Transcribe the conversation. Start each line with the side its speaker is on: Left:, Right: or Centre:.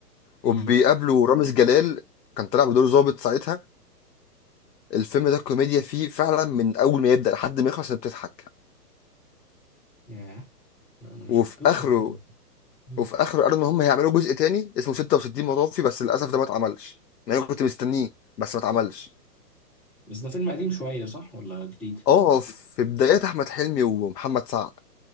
Centre: امم
Left: وبيقابلوا رامز جلال كان طالع بدور ظابط ساعتها الفيلم ده الكوميديا فيه فعلا من اول ما يبدا لحد ما يخلص انت بتضحك
Centre: يا لا انا ما
Left: وفي
Centre: شفتوش
Left: اخره
Centre: الفيلم مم.
Left: وفي اخره قالوا ان هم هيعملوا جزء تاني اسمه 66 مطافي بس للاسف ده ما اتعملش يعني انا كنت مستنيه بس ما اتعملش
Centre: بس ده فيلم قديم شويه صح ولا جديد
Left: اه في بدايات احمد حلمي ومحمد سعد